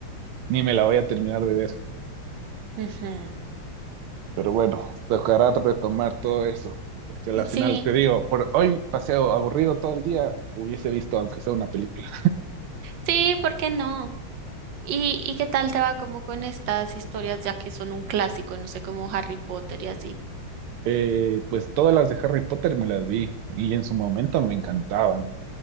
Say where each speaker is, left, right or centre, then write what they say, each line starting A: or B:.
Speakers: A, on the right; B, on the right.
A: ni me la voy a terminar de ver.
B: Ujú.
A: Pero bueno, tocará retomar todo eso, porque al final
B: Sí,
A: te digo, por hoy paseo aburrido todo el día, hubiese visto aunque sea una película.
B: sí, ¿por qué no? ¿Y, y qué tal te va como con estas historias ya que son un clásico, no sé, como Harry Potter y así?
A: Eh, pues todas las de Harry Potter me las vi y en su momento me encantaban.